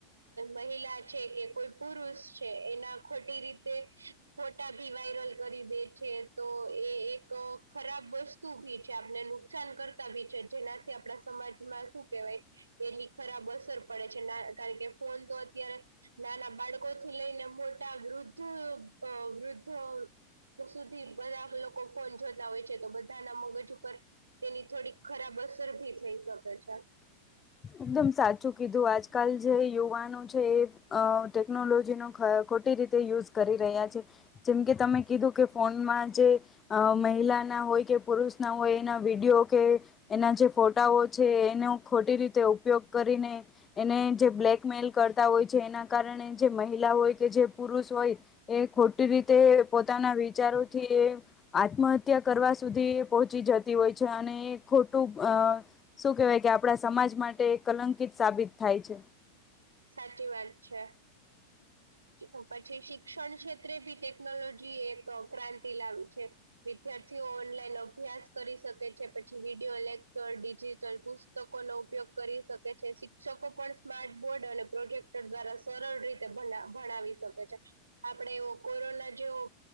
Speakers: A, on the right (about 75°); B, on the left (about 20°).
A: મહિલા છે કે કોઈ પુરુષ છે એના ખોટી રીતે ફોટા ભી વાયરલ કરી દે છે તો એ એક ખરાબ વસ્તુ ભી જે આપને નુ કરતા બી છે જેનાથી આપણા સમાજમાં શું કેવાય એની ખરાબ અસર પડે છે ના કા કે ફોન તો અત્યારે નાના બાળકો થી લઈને મોટા વૃદ્ધ વૃદ્ધ દ્ધ સુધી બધા લોકો ફોન જોતા હોય છે તો બધાના મગજ ઉપર તેની થોડીક ખરાબ અસર ભી થઈ શકે છે
B: એકદમ સાચું કીધું આજકાલ જે યુવાન છે ટેકનોલોજી નો ખોટી રીતે યુઝ કરી રહ્યા છે જેમ કે તમે કીધું કે ફોનમાં જે મહિલા ના હોય કે પુરુષ ના હોય એના વિડીયો કે એના જે ફોટાઓ છે એને ખોટી રીતે ઉપયોગ કરીને એને જે બ્લેકમેલ કરતા હોય છે એના કારણે જે મહિલા હોય કે જે પુરુષ હોય એ ખોટી રીતે પોતાના વિચારોથી આત્મહત્યા કરી સુધી પહોંચી જતી હોય છે અને એ ખોટું શું કેહેવાય કે આપણા સમાજ માટે એક કલંકિત સાબિત થાય છે
A: સાચી વાત છે અ પછી શિક્ષણ ક્ષેત્રે બી ટેકનોલોજી એક ક્રાંતિ લાવી છે વિદ્યાર્થીઓ ઓનલાઈન અભ્યાસ કરી શકે છે પછી વિડીયો કલેકચર ડિજિટલ પુસ્તકો નો ઉપયોગ કરી શકે છે્ શિક્ષકો પણ સ્માર્ટ બોર્ડ અને પ્રોજેક્ટર દ્વારા સરળ રીતે ભણાવી શકે છે આપડે એવ કોરોના જેવો